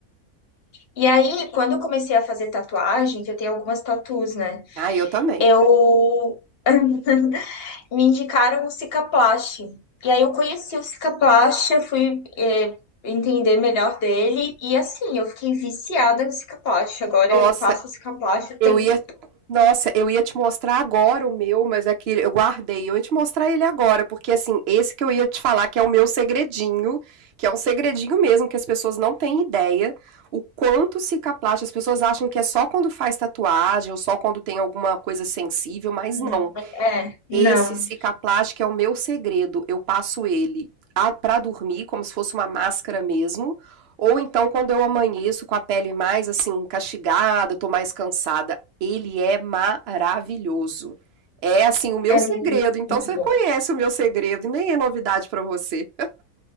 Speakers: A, on the left; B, on the right.
A: E aí, quando eu comecei a fazer tatuagem, que eu tenho algumas tatus, né?
B: Ah, eu também.
A: Eu <laughs> me indicaram o Cicaplast. E aí eu conheci o Cicaplast, eu fui eh, entender melhor dele. E assim, eu fiquei viciada no Cicaplast. Agora
B: Nossa,
A: eu passo o Cicaplast o tempo
B: Eu ia. Nossa, eu ia te mostrar agora o meu, mas é que eu guardei. Eu ia te mostrar ele agora, porque assim, esse que eu ia te falar que é o meu segredinho, que é um segredinho mesmo, que as pessoas não têm ideia o quanto cicaplast, as pessoas acham que é só quando faz tatuagem ou só quando tem alguma coisa sensível, mas
A: Hum,
B: não.
A: É, não,
B: Esse Cicaplast é o meu segredo. Eu passo ele a- pra dormir, como se fosse uma máscara mesmo. Ou então, quando eu amanheço com a pele mais assim, castigada, tô mais cansada. Ele é maravilhoso. É assim, o meu
A: é
B: segredo.
A: muito
B: Então, você
A: bom.
B: conhece o meu segredo e nem é novidade pra você.